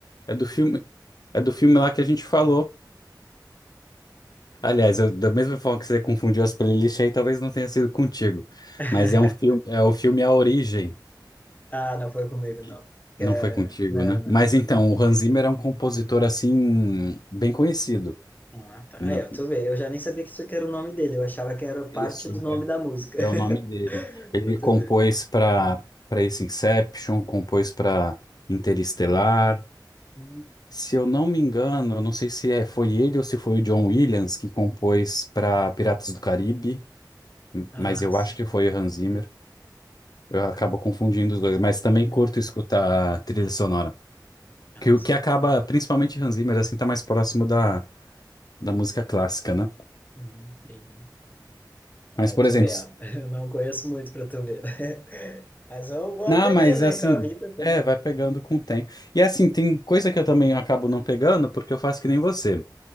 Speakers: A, on the left; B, on the left.
A: é do filme, é do filme lá que a gente falou. Aliás, eu, da mesma forma que você confundiu as playlists aí, talvez não tenha sido contigo.
B: <laughs>
A: Mas é um filme, é o filme A Origem.
B: Ah, não foi comigo,
A: que
B: não.
A: Não
B: é-
A: foi contigo,
B: Não,
A: né?
B: não.
A: Mas então, o Hans Zimmer é um compositor assim bem conhecido.
B: Não, Ah, tá.
A: Não,
B: Aí, ó, tu vê, eu já nem sabia que isso aqui era o nome dele, eu achava que era parte
A: isso.
B: do nome da música.
A: É
B: <laughs>
A: o nome dele. Ele
B: Pra tu
A: compôs
B: ver.
A: para para esse Inception, compôs para Interestelar.
B: Hum.
A: Se eu não me engano, eu não sei se é, foi ele ou se foi o John Williams que compôs para Piratas do Caribe,
B: Ah,
A: mas eu
B: sim.
A: acho que foi o Hans Zimmer. Eu acabo confundindo os dois, mas também
B: Uhum.
A: curto escutar trilha sonora.
B: Ah,
A: Que o
B: sim.
A: que acaba, principalmente Hans Zimmer, assim, tá mais próximo da, da música clássica, né?
B: Uhum, entendi. É,
A: Mas,
B: aí
A: por
B: tu
A: exemplo,
B: vê, ó. <laughs> Eu não conheço muito pra tu ver. <laughs> Mas eu vou
A: Não,
B: aprender,
A: mas
B: né,
A: assim,
B: com a vida também.
A: é, vai pegando com o tempo. E assim, tem coisa que eu também acabo não pegando, porque eu faço que nem você,